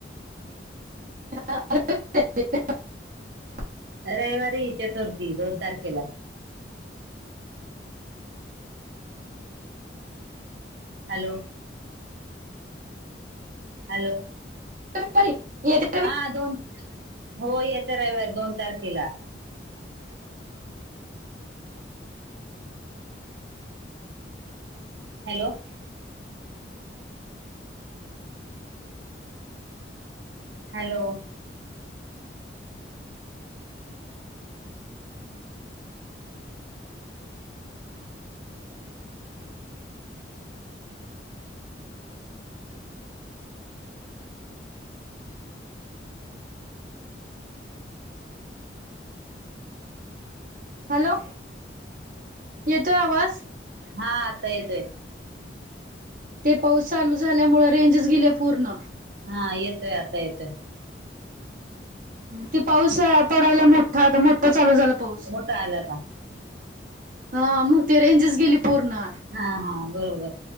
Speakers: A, on the right (about 45°); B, on the right (about 65°).
A: <unintelligible>
B: रविवारी ये चतुर्थी दोन तारखेला. हॅलो. हॅलो.
A: <unintelligible>
B: हा दोन हो येत्या रविवार दोन तारखेला. हॅलो! हॅलो!
A: हॅलो येतोय आवाज.
B: हा आता येतोय.
A: ते पाऊस चालू झाल्यामुळेळ रेंजस गेले पूर्ण.
B: हा येतोय आता येतोय.
A: कि पाऊस पडवला मोठा आता मोठा चालू झाला पाऊस.
B: मोठा आला का
A: हा मग ती रेंजेस गेली पूर्ण.
B: हा हा बरोबर